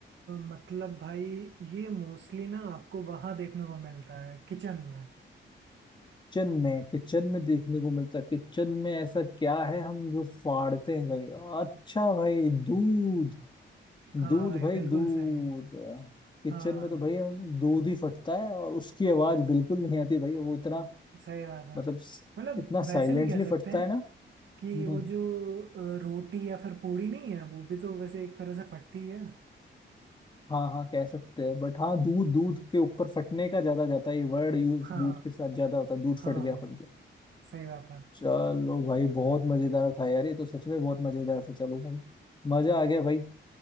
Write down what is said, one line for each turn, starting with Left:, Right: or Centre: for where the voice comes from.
Right: मतलब भाई ये मोस्टली ना आपको वहां देखने को मिलता है किचन में
Left: किचन में किचन में देखने को मिलता है किचन में ऐसा क्या है हम जो फाड़ते हैं भाई अच्छा भाई दूध
Right: हाँ
Left: दूध
Right: भाई
Left: भाई
Right: बिल्कुल
Left: दूध
Right: सही
Left: किचन
Right: हाँ
Left: में तो भाई हम दूध ही फटता है और उसकी आवाज बिल्कुल नहीं आती भाई वो इतना
Right: सही बात है
Left: मतलब स-
Right: मतलब
Left: इतना साइलेंटली
Right: वैसे भी कह सकते
Left: फटता
Right: हैं
Left: है ना
Right: कि
Left: हम्म,
Right: वो जो अ, रोटी या फिर पूड़ी नहीं है वो भी तो वैसे एक तरह से फटती है
Left: हाँ हाँ कह सकते हैं बट हाँ दूध दूध के ऊपर फटने का ज्यादा जाता है ये वर्ड यूज
Right: हाँ
Left: दूध के साथ ज्यादा होता है दूध
Right: हाँ
Left: फट गया
Right: हाँ,
Left: फट गया
Right: सही बात है
Left: चलो भाई बहुत मजेदार था यार ये तो सच में बहुत मजेदार था चलो भाई मजा आ गया भाई